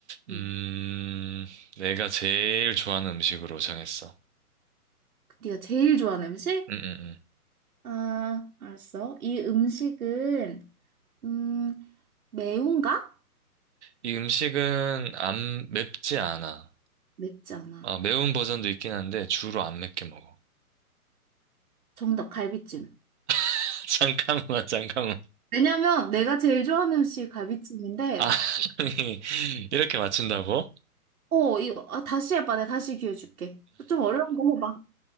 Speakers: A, on the right; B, on the right.
A: 음,
B: 응.
A: 내가 제일 좋아하는 음식으로 정했어.
B: 네가 제일 좋아하는 음식?
A: 음, 음, 음.
B: 아, 알았어. 이 음식은, 음, 매운가?
A: 이 음식은 안 맵지 않아.
B: 맵지 않아.
A: 아, 매운 버전도 있긴 한데 주로 안 맵게 먹어.
B: 정답, 갈비찜.
A: <laughs> 잠깐만, 잠깐만.
B: 왜냐면 내가 제일 좋아하는 음식이 갈비찜인데,
A: 아, <laughs> 아니, 이렇게 맞춘다고?
B: 어, 이거, 아, 다시 해봐. 내가 다시 기회 줄게. 좀 어려운 거 해봐.